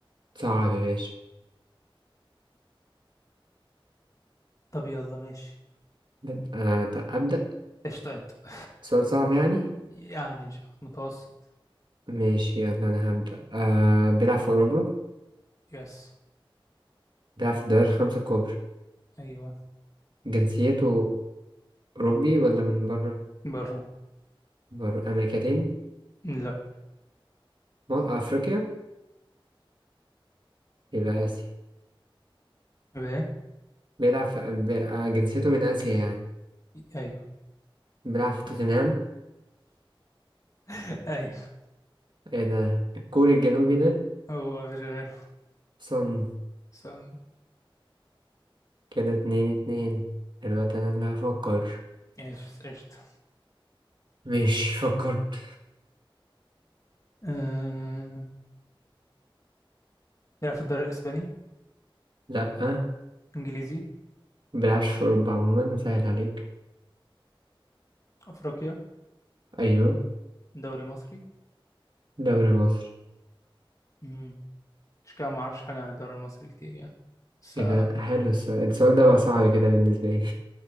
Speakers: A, on the right (about 55°); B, on the left (about 35°).
A: صعب يا باشا
B: طب يلا ماشي
A: بد- آه طب أبدأ
B: قشطه ابدا <laughs>
A: سؤال صعب يعني
B: يعني مش متوسط
A: ماشي يلا أنا هبدأ آه بيلعب في أوروبا
B: يس
A: بيلعب في الدوري الخمسة الكبرى
B: ايوه
A: جنسيته أوروبي ولا من بره
B: بره
A: بره أمريكتين
B: لا
A: م- أفريقيا يبقى آسيا
B: بايه
A: بيلعب في ب- آه، جنسيته من آسيا يعني
B: ايوه
A: بيلعب في توتنهام
B: <laughs> ايوه
A: ايه ده الكوري الجنوبي ده
B: هو مفيش غيره
A: صن
B: ساوند
A: كده اتنين اتنين دلوقتي أنا اللي هفكر
B: ايش قشطة
A: مش فكرت
B: أه... بيلعب في الدوري الاسباني
A: لأ
B: انجليزي
A: ما بيلعبش في أوروبا عموما أسهل عليك
B: افريقيا
A: أيوة
B: دوري مصري
A: دوري مصر
B: امم مش كده ما اعرفش حاجه عن الدوري المصري كتير يعني بس
A: إيه ده حلو السؤال السؤال ده بقى صعب كده بالنسبة لي